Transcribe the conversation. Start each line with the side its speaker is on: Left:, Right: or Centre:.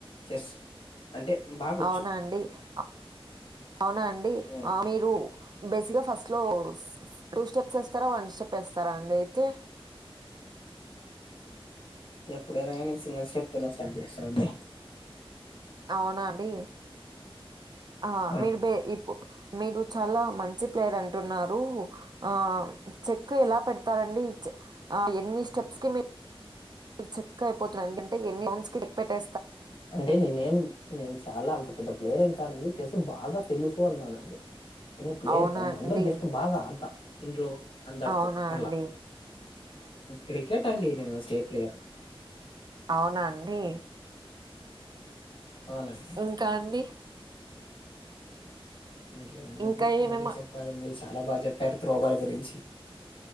Left: చెస్ అంటే బాగొచ్చు
Right: అవునా అండి అ అవునా అండి
Left: ఉమ్
Right: ఆ మీరు బేసిక్ గా ఫస్ట్ లో టూ స్టెప్స్ వేస్తారా వన్ స్టెప్ వేస్తారా అండి అయితే
Left: ఎప్పుడైనా కానీ నేను సింగిల్ స్టెప్ తోనే స్టార్ట్ చేస్తానండి
Right: అవునా అండి ఆ
Left: అవునండి
Right: మీరు బే ఇప్పుడు మీరు చాలా మంచి ప్లేయర్ అంటున్నారు ఆ చెక్ ఎలా పెడతారండి ఎన్ని స్టెప్స్ కి మీరు చెక్ అయిపోతున్నారంటే ఎన్ని చాన్స్ కి చెక్ పెట్టే
Left: అంటే నేనేం నేను చాలా అంత పెద్ద ప్లేయర్ ఏం కాదండి చెస్ బాగా తెలుసు అన్నానండి నేను ప్లేయర్
Right: అవునా
Left: కాదు
Right: అండి?
Left: అందులో జస్ట్ బాగా ఆడుతా ఇంట్లో అందరితో
Right: అవునా
Left: అలా
Right: అండి?
Left: క్రికెట్ అండి నేను స్టేట్ ప్లేయర్
Right: అవునా అండి
Left: అవునండి
Right: ఇంకా అండి
Left: ఇంకేముందండి
Right: ఇంకా ఏమేమి
Left: మీరే చెప్పాలి మీరు చాలా బాగా చెప్పారు త్రోబాల్ గురించి